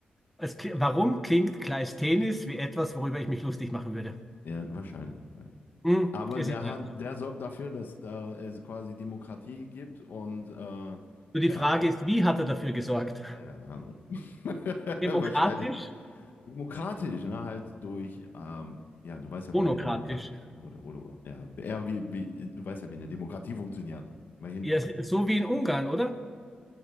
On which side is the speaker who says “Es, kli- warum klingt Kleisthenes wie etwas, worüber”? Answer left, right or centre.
Centre